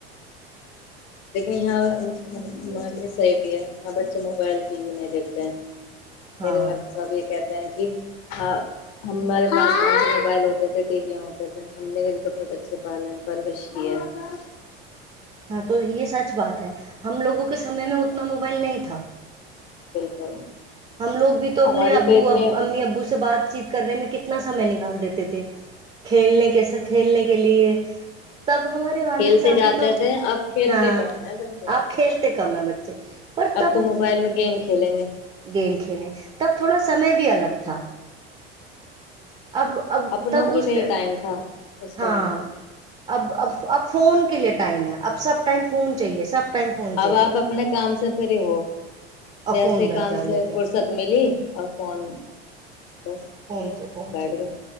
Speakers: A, on the left; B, on the right.
A: لیکن یہاں ہم یہ صحیح بھی ہے یہاں بچے موبائل ٹی وی نہیں دیکھتے ہیں <unintelligible>
B: ہاں
A: میرے وال سب یہ کہتے <unintelligible> ہاں ہمارے پاس موبائل ہوتے تھے ٹی ویاں ہوتے تھے ہم نے تو اپنے بچے پالے ہیں پرورش کیے <unintelligible>
B: ہاں تو یہ سچ بات ہے ہم لوگوں کے سمے میں اتنا موبائل نہیں تھا <unintelligible>
A: بالکل <unintelligible>
B: ہم لوگ بھی تو
A: ہمارے
B: اپنے ابو
A: تو اتنے
B: ا امی ابو سے بات <unintelligible> چیت کرنے میں کتنا سمے نکال دیتے تھے <unintelligible> کھیلنے کیسے <unintelligible> کھیلنے کے لیے تب ہمارے والد
A: کھیلتے
B: صاحب
A: جاتے
B: بھی تو
A: تھے اب کھیلتے
B: ہاں
A: کہاں ہے بچے
B: آپ کھیلتے کم ہے بچے پر تب
A: اب تو موبائل میں گیم کھیلیں گے
B: گیم کھیلیں تب تھوڑا سمے بھی الگ تھا اب اب
A: اپنوں
B: تب
A: کے
B: اس
A: لیے ٹائم تھا اس
B: ہاں
A: ٹائم پہ <unintelligible>
B: اب اب اب فون کے لیے ٹائم ہے اب سب ٹائم فون چاہیے سب <unintelligible> چاہیے
A: اب آپ اپنے کام سے فری ہو
B: اور
A: جیسے
B: فون بیٹھ
A: کام
B: جاؤ
A: <unintelligible>
B: لے
A: سے
B: کے
A: فرصت ملی <unintelligible> اور فون <unintelligible> بس
B: فون
A: بھیا
B: فون
A: بیٹھ
B: چاہیے
A: گئے